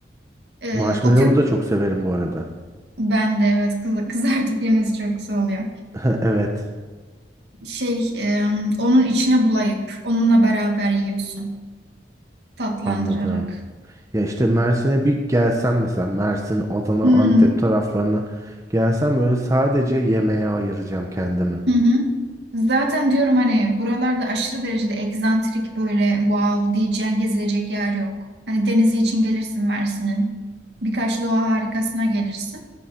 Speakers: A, on the right; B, on the right.
A: Ee,
B: Marshmallow'u
A: o köp
B: da çok severim bu arada.
A: bende evet kız- <laughs> kızartıp yemesi çok güzel oluyor.
B: <laughs> Evet,
A: Şey e, onun içine bulayıp onunla beraber yiyorsun tatlandırarak.
B: anladım. Ya işte Mersin'e bir gelsem mesela Mersin, Adana,
A: Hı hı.
B: Antep taraflarına gelsem böyle sadece yemeğe ayıracağım kendimi.
A: Hı hı. Zaten diyorum hani buralarda aşırı derecede egzantrik böyle wow diyeceğin gezilecek yer yok. Hani denizi için gelirsin Mersin'in. Birkaç doğa harikasına gelirsin.